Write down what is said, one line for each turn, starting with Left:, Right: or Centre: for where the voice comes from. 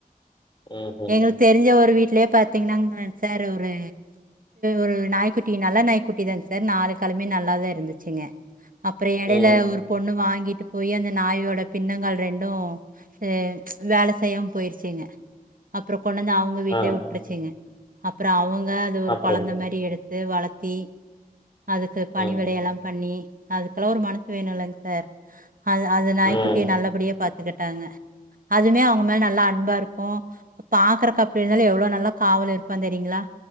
Left: ம்ஹ்ம்
Right: எங்களுக்கு தெரிஞ்ச ஒரு ஒரு வீட்லயே பாத்தீங்கன்னா சார் ஒரு ஒரு நாய்க்குட்டி நல்ல நாய்க்குட்டி தாங்க சார் நாலு காலுமே நல்லாதா இருந்துச்சுங்க அப்புறம் எடையில
Left: ம்
Right: ஒரு பொண்ணு வாங்கி கிட்டு போய் அந்த நாயோட பின்னங்கால் ரெண்டூ அ வேல செய்யாம் போயிருச்சுங்க அப்புறோ கொண்ணந்து அவங்க வீட்லே
Left: ஆ
Right: விட்ருச்சிங்க அப்புறோ அவங் தா அது ஒரு
Left: அப்படியா?
Right: கொழந்த மாரி எடுத்து வளத் தி அதுக்கு பணி
Left: ம்
Right: விடை எல்லா பண்ணி அதுக்குல்லா ஒரு மனசு வேணுல்லங் சார் அது அது நாய்க்குட்டிய
Left: ம்
Right: நல்லபடியா பாத்துக்குட்டாங்க அதுமே அவங்க மேல நல்லா அன்பா இருக்கூ பாக்குறக்கு அப்டி இருந்தாலு எவ்ளோ நல்லா காவல் இருப்பா தெரியுங்களா